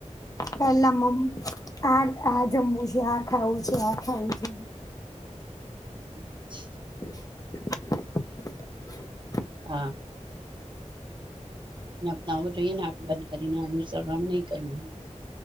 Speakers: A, on the left; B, on the right.
A: પેલા મમ આ આ જમવું છે, આ ખાવું છે, આ ખાવું છે.
B: <inaudible> <inaudible>
A: <inaudible>
B: હા નાવા જોઈએ નાખ બંધ કરીને અનુસરણ બંધ ની કરી દેવાનું.